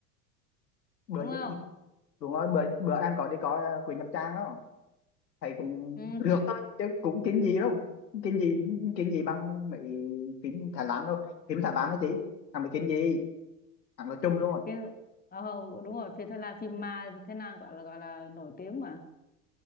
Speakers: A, on the left; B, on the left.
A: bữa
B: đúng không
A: giờ- đúng rồi bữa bữa em có đi coi ờ, Quỷ Nhập Trang đó thầy cũng
B: ừ,
A: được thôi, chứ cũng kiếm gì đâu kiếm gì kiếm gì bằng mấy phim Thái Lan đâu phim Thái Lan đó chị thằng mấy kiếm gì thằng là chung luôn
B: phim ờ, đúng rồi phim Thái Lan phim ma Thái Lan gọi là gọi là nổi tiếng mà